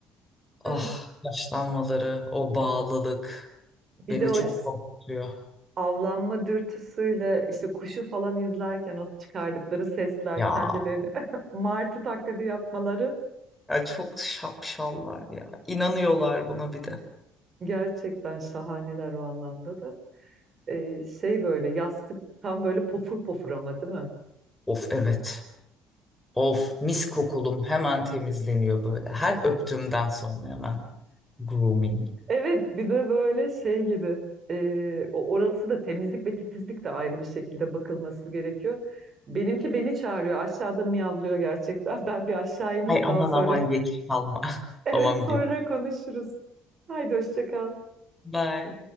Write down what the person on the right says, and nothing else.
Evet.
Bir
de o
s-
avlanma dürtüsüyle işte kuşu falan izlerken o çıkardıkları sesler
kendilerini <laughs> martı taklidi yapmaları
gerçekten şahaneler o anlamda da. Ee, şey böyle yastık tam böyle pofur pofur ama değil mi?
Evet bir de böyle şey gibi ee, o orası da temizlik ve titizlik de ayrı bir şekilde bakılması gerekiyor. Benimki beni çağırıyor aşağıda miyavlıyor gerçekten <laughs> ben bir aşağı ineyim
daha sonra
<laughs> evet
sonra
konuşuruz. Haydi hoşça kal.